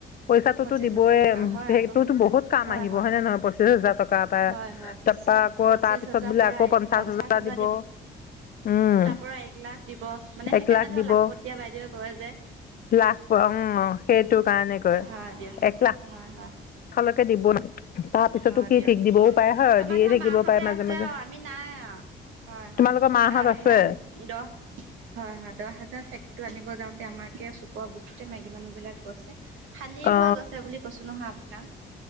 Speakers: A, on the left; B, on the right.
A: পইচাটোতো
B: পঁচিশ
A: দিবই
B: হাজাৰ টকা হয়
A: সেইটোতো
B: আকৌ
A: বহুত কাম
B: হয়
A: আহিব
B: হয়।
A: হয়নেে নহয় পচিশ হাজাৰ টকা এ
B: হয় হয় পঁচি
A: তাৰা আকৌ
B: পঁচিছ
A: তাৰ পিছত
B: হাজাৰ
A: বোলে
B: পৰা
A: আকৌ পঞ্চাশ হজাৰ
B: হাজাৰ
A: দিব। উম
B: তাৰ পৰা এক লাখ দিব মানে সেইকাৰণে
A: এক
B: ধৰ
A: দিব
B: লাখ পতিয়াই বাইদেৱে কয় যে।
A: লাখ পোৱা উম সেইটো কাৰণে কয়
B: হয় দিয়ক।
A: এক লাখালৈকে।
B: হয় হয়
A: দিব তাৰ পিছতো
B: হয়
A: কি
B: দিয়ক
A: ঠিক দিবও পায় হয়
B: আমাৰ
A: দিয়ে
B: ধৰা
A: থাকিব
B: মাহঁতে
A: পাৰে মাজে
B: আছে
A: মাজে।
B: আৰু আমি নাই আৰু। হয়
A: তোমালোকৰ
B: হয়
A: মাহঁত আছে
B: সেয়া দহ হয় হয় দহ হাজাৰ চেকটো আনিব যাও, আমাৰ কেে চুকৰ গোটতে মাইকী মানুহ বিলাক গৈছে। শালিৰ
A: অ
B: হৈ গছে বুলি কৈছো নহয় আপোনাক